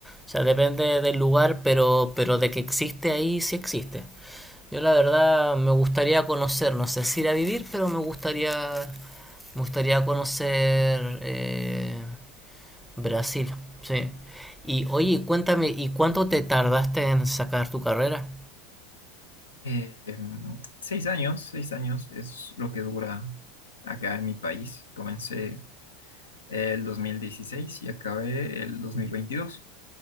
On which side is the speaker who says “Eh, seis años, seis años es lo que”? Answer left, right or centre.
Left